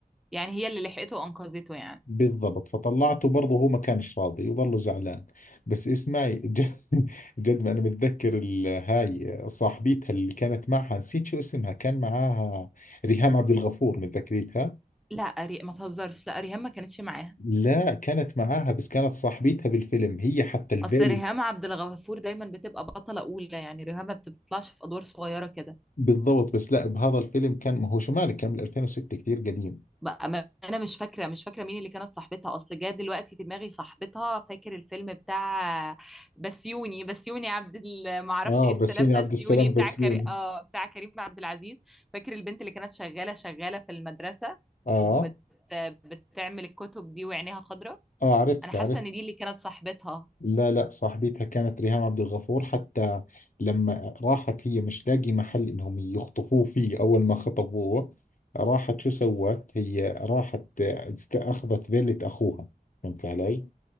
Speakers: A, in the centre; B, on the left.
A: يعني هي اللي لحقته وانقذته يعني
B: بالضبط فطلعته برضه هو ما كانش راضي وظله زعلان بس اسمعي <laughs> جد, جد ما انا متذكر ال- هاي صاحبيتها اللي كانت معها نسيت شو اسمها كان معاها ريهام عبد الغفور متذكريتها
A: لا ري... ما تهزرش لا ريهام ما كانتش معاها
B: لا كانت معاها بس كانت صاحبيتها بالفيلم هي حتى الفيل
A: اصل ريهام عبد الغفور دايما بتبقى بطلة اولى يعني ريهام ما بتطلعش في ادوار صغيرة كده
B: بالضبط بس لا بهذا الفيلم كان ما هو شو مالك كان بال 2006 كثير قديم
A: بقى ما انا مش فاكرة مش فاكرة مين اللي كانت صاحبتها اصل جه دلوقتي في دماغي صاحبتها فاكر الفيلم بتاع بسيوني بسيوني عبد ال... ما اعرفش
B: اه
A: ايه السلام
B: بسيوني عبد
A: بسيوني
B: السلام
A: بتاع
B: بسيوني
A: كري... اه بتاع كريم عبد العزيز فاكر البنت اللي كانت شغالة شغالة في المدرسة
B: اه
A: وبت... بتعمل الكتب دي وعينيها خضراء
B: اه عرفت
A: انا حاسة
B: عرفت
A: ان دي اللي كانت صاحبتها
B: لا لا صاحبتها كانت ريهام عبد الغفور حتى لما راحت هي مش لاقي محل انهم يخطفوه فيه اول ما خطفوه راحت شو سوت هي راحت است- اخذت فيلة اخوها فهمت علي